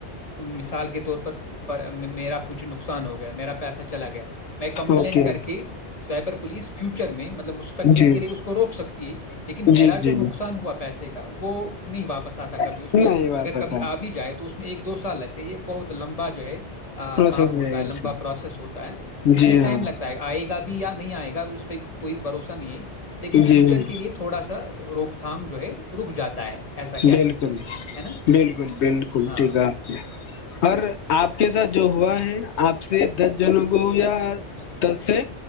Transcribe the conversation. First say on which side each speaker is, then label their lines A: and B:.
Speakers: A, on the left; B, on the left.
A: مثال کے طور پر میرا کچھ نقصان ہو گیا میرا پیسہ چلا گیا میں کمپلینٹ
B: اوکے
A: کر کے سائبر پ پلیس فیوچر میں مستقبل
B: جی
A: کے لیے اس کو روک سکتی ہے لیکن
B: جی
A: میرا
B: جی
A: جو نقصان
B: جی
A: ہوا پیسے کا وہ نہیں واپ بس آتا کبھی
B: نہیں
A: اس میں
B: واپس
A: اگر کبھی آ بھی جائے تو اس میں ایک دو سال لگتے یہ بہت لمبا جو ہے
B: پروسیس
A: کام ہوتا
B: جائے
A: ہے
B: گا
A: لمبا
B: اس کا
A: پروسیس ہوتا ہے تو
B: جی
A: اس میں ٹائم
B: ہاں
A: لگتا ہے آئے گا بھی یا نہیں آئے گا اس کوئی بھروسہ نہیں ہے لیکن
B: جی
A: فیوچر کے لیے تھوڑا سا روکتا تھام جو ہے رک جاتا
B: بالکل
A: سکتے ہیں ہے نا
B: بالکل بالکل
A: ہاں
B: ٹھیکا آپ نے اور آپ کے ساتھ جو ہوا ہے آپ سے دس جنوں کو یا دس سے